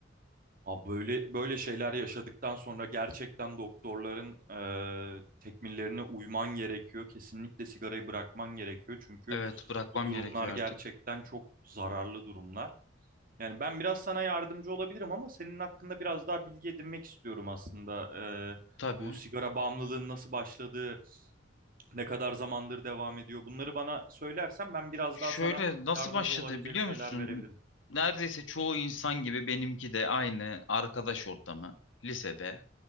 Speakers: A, on the right; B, on the left.
A: Abi böyle böyle şeyler yaşadıktan sonra gerçekten doktorların e, tekmillerine uyman gerekiyor. Kesinlikle sigarayı bırakman gerekiyor. Çünkü
B: Evet bırakmam
A: bu durumlar
B: gerekiyor
A: gerçekten
B: artık.
A: çok zararlı durumlar. Yani ben biraz sana yardımcı olabilirim ama senin hakkında biraz daha bilgi edinmek istiyorum aslında. E,
B: Tabii.
A: bu sigara bağımlılığın nasıl başladığı, ne kadar zamandır devam ediyor. Bunları bana söylersen ben biraz
B: Şöyle
A: daha sana
B: nasıl
A: yardımcı
B: başladı
A: olabilecek
B: biliyor
A: şeyler
B: musun?
A: verebilirim.
B: Neredeyse çoğu insan gibi benimki de aynı arkadaş ortamı. Lisede